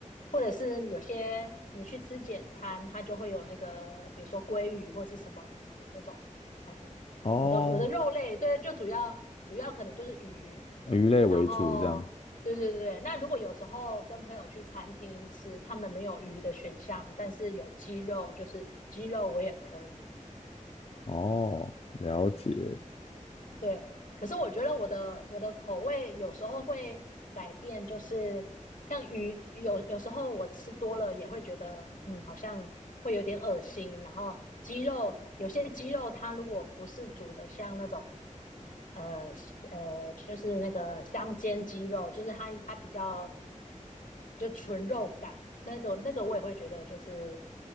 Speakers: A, on the left; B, on the left.
A: 或者是有些你去吃简餐，它就会有那个，比如说鲑鱼或是什么鱼的那种，哎，
B: 哦，
A: 我的我的肉类，对，就主要主要可能就是鱼，
B: 鱼类为主这样。
A: 然后对对对对，那如果有时候跟朋友去餐厅吃，他们没有鱼的选项，但是有鸡肉，就是鸡肉我也可以。
B: 哦，了解。
A: 对，可是我觉得我的我的口味有时候会改变，就是像鱼，有有时候我吃多了也会觉得，嗯，好像会有点恶心。然后鸡肉，有些鸡肉它如果不是煮的像那种，呃呃，就是那个香煎鸡肉，就是它它比较就纯肉感，那个那个我也会觉得就是